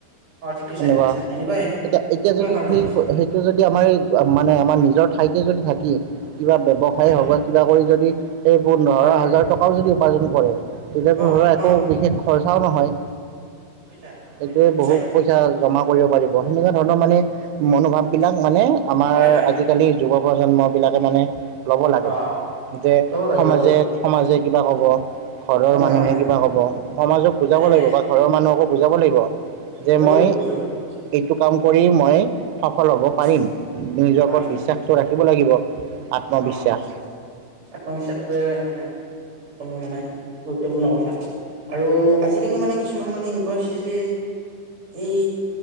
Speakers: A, on the right; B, on the right.
A: অ ঠিক কৈছা
B: সেনেকুৱা
A: ঠিক কৈছা সেনেকুৱাই এনেকুৱা
B: এতিয়া এতিয়া যদি
A: কাৰণ
B: সেই
A: হৈছে
B: সেইটো যদি আমাৰ মানে আমাৰ নিজৰ ঠাইতে যদি থাকে কিবা ব্যৱসায়
A: হয়
B: হওক
A: হয়
B: বা কিবা কৰি যদি সেই পোন্ধৰ
A: হয়
B: হাজাৰ টকাও যদি উপাৰ্জন কৰে তেতিয়াতো
A: অ
B: ধৰা একো
A: অ
B: বিশেষ খৰচ কথাও নহয়
A: ঠিক কৈছা ঠিক কৈছা
B: এইটোয়ে
A: এনেকুৱাই
B: বহু পইচা জমা কৰিব পাৰিব সেনেকুৱা ধৰণৰ মানে মনোভাৱ এইবিলাক মানে আমাৰ
A: হয় হয়
B: আজিকালি
A: হয়
B: যুৱক প্ৰজন্ম বিলাকে মানে ল'ব লাগে
A: অ
B: যে
A: ল'ব লাগে
B: সমাজে-সমাজে
A: ল'ব লাগে
B: কিবা ক'ব। ঘৰৰ
A: হয়
B: মানুহে
A: হয় হয়
B: কিবা কব সমাজক বুজাব
A: নাই
B: লাগিব
A: নাই
B: বা ঘৰৰ মানুহকো বুজাব লাগিব যে
A: বুজাব
B: মই
A: লাগিব বুজাব লাগিব
B: এইটো কাম কৰি মই সফল হ'ব পাৰিম
A: উম
B: নিজৰ
A: হয়
B: ওপৰত বিশ্বাসটো
A: ঠিক কৈছা
B: ৰাখিব লাগিব। আত্মবিশ্বাস
A: অ', ঠিক কৈছে আত্মবিশ্বাসটোৱে মানে সকলো মানে গুৰুত্বপূৰ্ণ কথা আৰু আজিকালি মানে কিছুমান কিছুমান মানে এনেকুৱা হৈছে যে এই